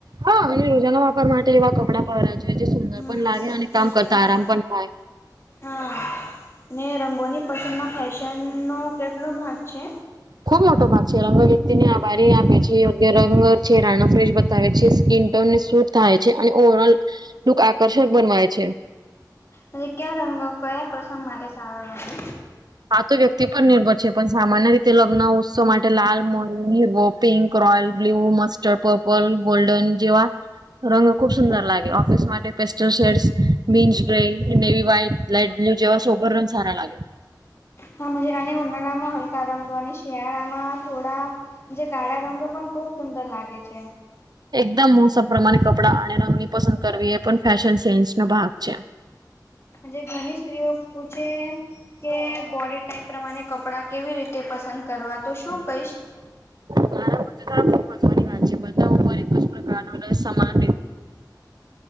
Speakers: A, on the right; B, on the left.
A: હા અને રોજાના વાપર માટે એવા કપડાં પહેરરા જોએ જે સુંદર
B: હમ
A: પણ લાગે અને કામ કરતા
B: હા
A: આરામ પણ થાય.
B: હા ને રંગોની પસંદ માં ફેશન નો કેટલો ભાગ છે.
A: ખુબ મોટો ભાગ છે રંગ વ્યક્તિને આભારી આપે છે યોગ્ય રંગ ચરાનો ફ્રેશ બતાવે છે સ્કીન એમને શૂટ થાય છે અને ઓવરલુક આકર્ષક બનવાય છે.
B: અને ક્યા રંગો કયા પ્રસંગ માટે સારો લાગે.
A: આ તો વ્યક્તિ પણ નિર્ભર છે પણ સામાન્ય રીતે લગ્ન ઉત્સવ માટે લાલ <unintelligible> pink royal blue mustard purple golden જેવા. રંગો ખુબ સુંદર લાગે ઓફિસ માટે પેસ્ટલ શેડ્સ બીન્સ grey navy white. Light blue જેવા સોર રંગ સારા લાગે.
B: હા મજે <unintelligible> માહોલ હલકા રંગ. તો અને શિયાળામાં થોડા જે ગાળા રંગ પણ ખૂબ સુંદર લાગે છે.
A: એકદમ મોસ પ્રમાણે કપડાં અને રંગની પસંદ કરવી એ પણ ફેશન સેન્સ નો ભાગ છે.
B: જે ઘણી સ્ત્રીઓ પૂછે. કે બોડી ટાઈપ પ્રમાણે કપડા કેવી રીતે પસંદ કરવા તો શું કહીશ.
A: મારા <inaudible> તો આબ મહત્વની વાત છે બધા ઉપર એકજ પ્રકાર ન સમાન.